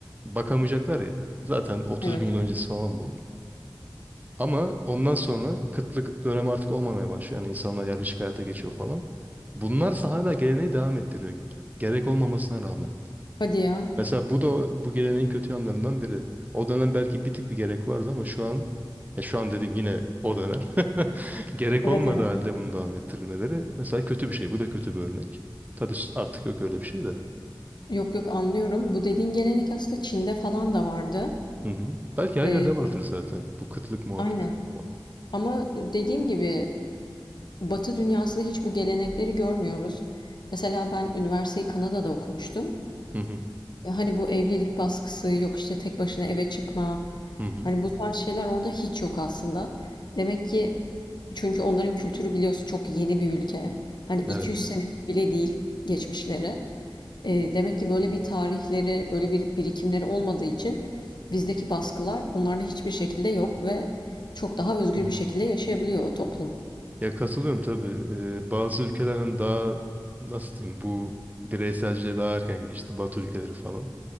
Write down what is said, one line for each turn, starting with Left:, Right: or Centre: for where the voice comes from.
Right: bakamayacaklar ya. Zaten 30
Left: Evet.
Right: bin yıl öncesi falan bu. Ama ondan sonra kıtlık dönemi artık olmamaya başlıyor. Yani insanlar yerleşik hayata geçiyor falan. Bunlarsa hala geleneği devam ettiriyor. Gerek olmamasına rağmen.
Left: Hadi ya.
Right: Mesela bu da bu geleneğin kötü yanlarından biri. O dönem belki bir tık bir gerek vardı ama şu an ya şu an dedim yine o dönem. <laughs> Gerek
Left: Evet,
Right: olmadığı
Left: evet.
Right: halde bunu devam ettirilmeleri mesela kötü bir şey. Bu da kötü bir örnek. Tabii artık yok öyle bir şey de.
Left: Yok yok anlıyorum. Bu dediğin gelenek aslında Çin'de falan da vardı.
Right: Hı hı. Belki her
Left: Ee,
Right: yerde vardır zaten bu kıtlık muhabbeti.
Left: aynen.
Right: falan.
Left: Ama dediğim gibi Batı dünyasında hiç bu gelenekleri görmüyoruz. Mesela ben üniversiteyi Kanada'da okumuştum.
Right: Hı hı.
Left: E, Hani bu evlilik baskısı, yok işte tek başına eve çıkma.
Right: Hı hı.
Left: Hani bu tarz şeyler orada hiç yok aslında. Demek ki çünkü onların kültürü biliyorsun çok yeni bir ülke. Hani
Right: Evet.
Left: 200 sene bile değil geçmişleri. Eee, demek ki böyle bir tarihleri, böyle bir birikimleri olmadığı için bizdeki baskılar onlarda hiçbir şekilde yok ve çok daha özgür
Right: Hı.
Left: bir şekilde yaşayabiliyor o toplum.
Right: Ya katılıyorum tabii. Ee, bazı ülkeler hani daha nasıl diyeyim bu bireyselciliğe daha erken geçti. Batı ülkeleri falan.